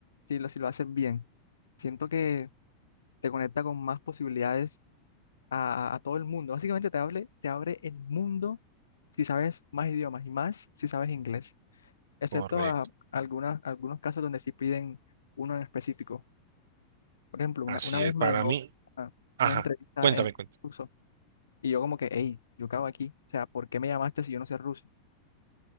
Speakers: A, on the left; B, on the right.
A: si lo, si lo haces bien. Siento que te conecta con más posibilidades a, a todo el mundo. Básicamente te abre, te abre el mundo si sabes más idiomas y más si sabes inglés. excepto
B: correcto,
A: a algunas, algunos casos donde sí piden uno en específico. Por ejemplo, una,
B: así
A: una vez
B: es
A: me
B: para
A: llegó
B: mí,
A: ah,
B: ajá,
A: una entrevista
B: cuéntame,
A: en
B: cuéntame.
A: ruso y yo como que, hey, yo cago aquí, o sea, ¿por qué me llamaste si yo no sé ruso?